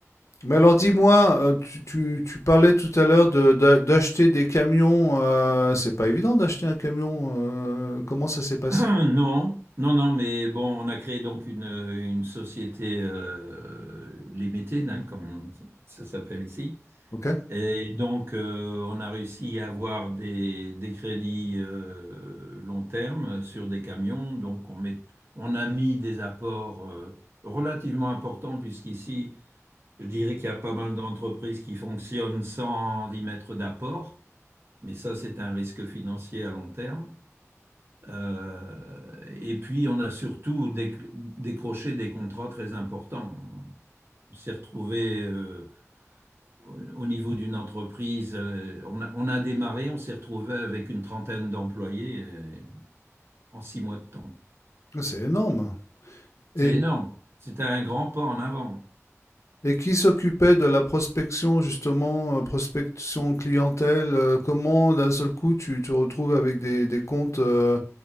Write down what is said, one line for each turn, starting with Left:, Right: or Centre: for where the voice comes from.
Left: Mais alors dis-moi, euh, tu, tu- tu parlais tout à l'heure de- d'a- d'acheter des camions. euh, c'est pas évident d'acheter un camion. euh, comment ça s'est passé?
Right: <clears throat> Non, non, non, mais bon, on a créé donc une, une société euh, limitée, hein, comme ça s'appelle ici.
Left: Ok,
Right: Et donc, euh, on a réussi à avoir des, des crédits euh, long terme sur des camions. Donc, on met, on a mis des apports euh, relativement importants, puisqu'ici, je dirais qu'il y a pas mal d'entreprises qui fonctionnent sans y mettre d'apport. Mais ça, c'est un risque financier à long terme. Euh, et puis, on a surtout déc- décroché des contrats très importants. On s'est retrouvé euh, au au niveau d'une entreprise, euh, on a, on a démarré, on s'est retrouvé avec une trentaine d'employés euh, en six mois de temps.
Left: c'est énorme. Et,
Right: C'est énorme. C'était un grand pas en avant.
Left: Et qui s'occupait de la prospection, justement, euh, prospection clientèle? euh, comment d'un seul coup tu te retrouves avec des, des comptes euh,